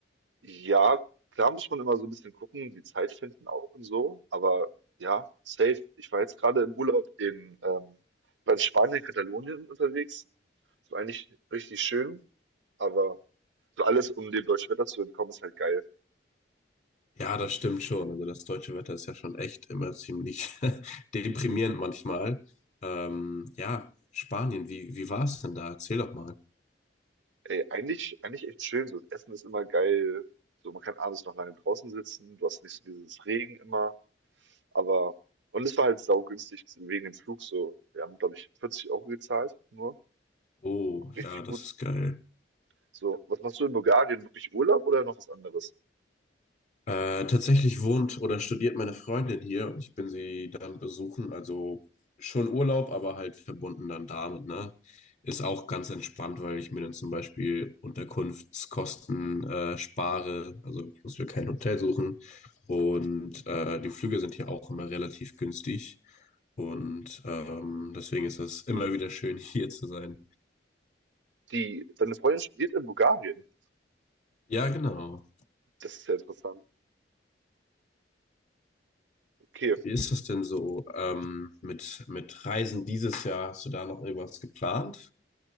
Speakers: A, on the right; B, on the left.
A: Ja, klar muss man immer so ein bisschen gucken, die Zeit finden auch und so. Aber ja, safe. Ich war jetzt gerade im Urlaub in, ähm, ich war in Spanien, Katalonien unterwegs. So eigentlich richtig schön, aber so alles, um dem deutschen Wetter zu entkommen, ist halt geil.
B: Ja, das stimmt schon. Also das deutsche Wetter ist ja schon echt immer ziemlich <laughs> deprimierend manchmal. Ähm, ja, Spanien, wie, wie war's denn da? Erzähl doch mal.
A: Ey, eigentlich, eigentlich echt schön. So, das Essen ist immer geil. So, man kann abends noch lange draußen sitzen. Du hast nicht so dieses Regen immer. Aber und es war halt saugünstig wegen dem Flug so. Wir haben, glaube ich, 40 Euro gezahlt, nur.
B: Oh,
A: Richtig
B: ja, das
A: gut.
B: ist geil.
A: So, was machst du in Bulgarien? Wirklich Urlaub oder noch was anderes?
B: Äh, tatsächlich wohnt oder studiert meine Freundin hier und ich bin sie dann besuchen. Also schon Urlaub, aber halt verbunden dann damit, ne? Ist auch ganz entspannt, weil ich mir dann zum Beispiel Unterkunftskosten äh, spare. Also ich muss mir kein Hotel suchen. Und äh, die Flüge sind hier auch immer relativ günstig. Und ähm, deswegen ist es immer wieder schön, <laughs> hier zu sein.
A: Die, deine Freundin studiert in Bulgarien.
B: Ja, genau.
A: Das ist ja interessant. Okay.
B: Wie ist das denn so ähm, mit, mit Reisen dieses Jahr? Hast du da noch irgendwas geplant?